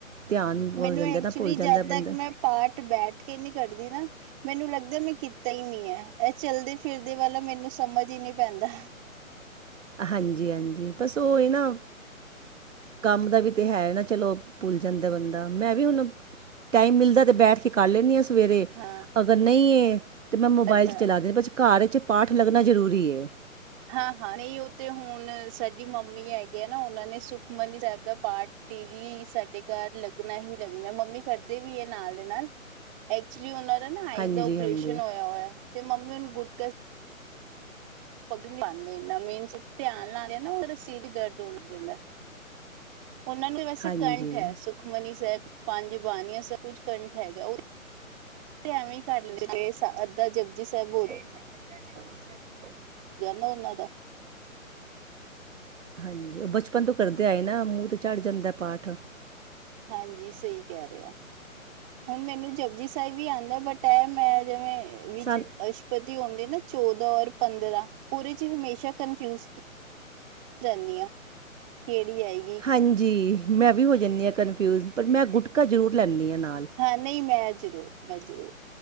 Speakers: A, on the right; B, on the right.
A: ਧਿਆਨ ਹੋ
B: ਮੈਨੂੰ
A: ਜਾਂਦਾ
B: ਐਕਚੁਲੀ
A: ਨਾ, ਭੁੱਲ ਜਾਂਦਾ
B: ਜਦ
A: ਬੰਦਾ।
B: ਤੱਕ ਮੈਂ ਪਾਠ ਬੈਠਕੇ ਨੀ ਕਰਦੀ ਨਾ ਮੈਨੂੰ ਲੱਗਦਾ ਮੈਂ ਕੀਤਾ ਹੀ ਨਹੀਂ ਐ, ਐ ਚੱਲਦੇ-ਫਿਰਦੇ ਵਾਲਾ ਮੈਨੂੰ ਸਮਝ ਹੀ ਨਹੀਂ ਪੈਂਦਾ।
A: ਹਾਂਜੀ-ਹਾਂਜੀ, ਬਸ ਉਹ ਏ ਨਾ ਕੰਮ ਦਾ ਵੀ ਤੇ ਹੈ ਨਾ ਚਲੋ, ਭੁੱਲ ਜਾਂਦਾ ਬੰਦਾ। 'ਮੈਂ' ਵੀ ਹੁਣ ਟਾਈਮ ਮਿਲਦਾ ਤਾਂ ਬੈਠਕੇ ਕਰ ਲੈਂਨੀ ਹਾਂ ਸਵੇਰੇ,
B: ਹਾਂ
A: ਅਗਰ ਨਹੀਂ ਏ, ਇਹ ਤਾ 'ਮੈਂ' ਮੋਬਾਇਲ
B: ਅੱਛਾ
A: 'ਚ ਚਲਾਦੇ ਬ ਘਰ'ਚ ਪਾਠ ਲੱਗਣਾ ਜ਼ਰੂਰੀ ਏ।
B: ਹਾਂ-ਹਾਂ, ਨਹੀਂ ਉਹ ਤੇ ਹੁਣ ਸਾਡੀ ਮੰਮੀ ਹੈਗੀ ਆ ਨਾ ਉਹਨਾਂ ਨੇ ਸੁਖਮਨੀ ਸਾਹਿਬ ਦਾ ਪਾਠ ਡੇਲੀ ਸਾਡੇ ਘਰ ਲੱਗਣਾ ਹੀ ਲੱਗਣਾ ਮੰਮੀ ਕਰਦੇ ਵੀ ਹੈ ਨਾਲ ਦੇ ਨਾਲ। ਐਕਚੁਲੀ ਉਹਨਾਂ ਦਾ ਨਾ ਆਈਜ
A: ਹਾਂਜੀ
B: ਦਾ ਓਪਰੇਸ਼ਨ
A: ਹਾਂਜੀ
B: ਹੋਇਆ ਹੋਇਆ, ਤੇ ਮੰਮੀ ਉਹ ਗੁੱਟਕ ਪਗ ਪਾਂਦੇ, ਮੀਨਸ ਧਿਆਨ ਲਾਲਿਆ ਨਾ ਉਹ ਸਿਰ ਹੀ ਦਰਦ ਹੋਣ ਲਗ ਜਾਂਦਾ। ਉਹਨਾਂ ਨੂੰ ਵੈਸੇ
A: ਹਾਂਜੀ
B: ਕੰਠ ਹੈ, ਸੁਖ ਸੁਖਮਨੀ ਸਾਹਿਬ, ਪੰਜ ਬਾਣੀਆਂ ਸਭ ਕੁਝ ਕੰਠ ਹੈਗਾ। ਉਹ ਐਵੇਂ ਕਰ ਲੇਂਦੇ, ਅੱਧਾ ਜਪੁਜੀ ਸਾਹਿਬ ਬੋ
A: <inaudible> ਜਪੁ ਜੀ ਸਾਹਿਬ
B: ਜਾਨਾ ਓਹਨਾਂ ਦਾ।
A: ਹਾਂਜੀ, ਉਹ ਬਚਪਨ ਤੋਂ ਕਰਦੇ ਆਏ ਨਾ, ਮੂੰਹ ਤੇ ਚੜ ਜਾਂਦਾ ਪਾਠ।
B: ਹਾਂਜੀ, ਸਹੀ ਕਹਿ ਰਹੇ ਹੋ। ਹੁਣ ਮੈਨੂੰ ਜਪੁਜੀ ਸਾਹਿਬ ਵੀ ਆਂਦਾ ਬਟ ਐ 'ਮੈਂ' ਜਿਵੇਂ ਵਿੱਚ
A: ਸਾਨ
B: ਅਸ਼ਪਤੀ ਹੁੰਦੇ ਨਾ ਚੌਦਾਂ ਔਰ ਪੰਦਰਾਂ, ਉਹਦੇ'ਚ ਹਮੇਸ਼ਾ ਕਨਫਿਊਜ ਜਾਂਨੀ ਆਂ, ਕਿਹੜੀ ਆਈ
A: ਹਾਂਜੀ! 'ਮੈਂ' ਵੀ ਹੋ ਜਾਂਨੀ ਹਾੰ ਕਨਫਿਊਜ਼, ਪਰ ਮੈਂ ਗੁਟਕਾ ਜ਼ਰੂਰ ਲੈਂਨੀ ਆਂ, ਨਾਲ।
B: ਹਾਂ, ਨਹੀਂ, ਮੈਂ ਜ਼ਰੂਰ। ਮੈਂ ਜ਼ਰੂਰ,